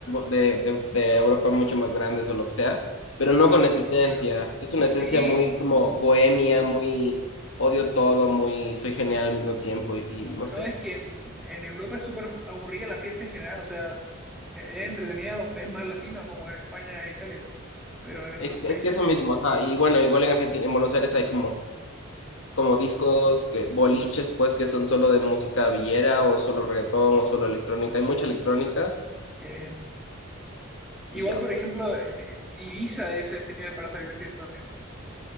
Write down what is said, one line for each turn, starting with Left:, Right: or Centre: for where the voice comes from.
Left: de- de- de Europa mucho más grandes o lo que sea, pero no
Centre: pero
Left: con
Centre: es súper
Left: esa esencia.
Centre: aburrido.
Left: Es una
Centre: Sí,
Left: esencia muy como bohemia,
Centre: Latina.
Left: muy odio todo, muy soy genial al mismo tiempo y, y
Centre: No,
Left: no sé.
Centre: no, es que en, en Europa es súper aburrida la fiesta en general, o sea, e, es entretenida donde es más latina, como en España e Italia, pero en
Left: Es,
Centre: otros países,
Left: es que eso mismo, ajá. Y bueno, igual en Argentina, en Buenos Aires hay como, como discos, que, boliches, pues que son solo de música villera o solo reggaetón o solo electrónica. Hay mucha electrónica
Centre: qué bien. Igual,
Left: y ya.
Centre: por ejemplo, eh, Ibiza debe ser genial para salir de fiesta también.